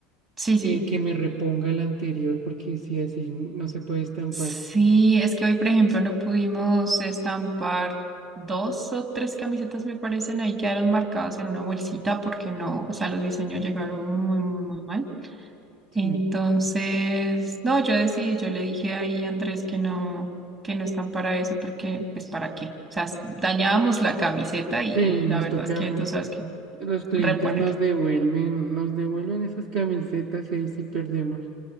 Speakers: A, on the right; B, on the right.
A: sí, sí.
B: eh, que me reponga el anterior, porque si así no se puede estampar.
A: Sí, es que hoy, por ejemplo, no pudimos estampar dos o tres camisetas, me parecen, ahí quedaron marcadas en una bolsita porque no, o sea, los diseños llegaron muy, muy, muy mal.
B: Sí.
A: Entonces, no, yo decidí, yo le dije ahí a Andrés que no, que no están para eso porque, pues, ¿para qué? O sea, dañábamos la camiseta y,
B: Sí,
A: y
B: nos
A: la verdad
B: toca,
A: es que
B: mm,
A: tú sabes que
B: los clientes
A: reponer.
B: nos devuelven, nos devuelven esas camisetas y ahí sí perdemos.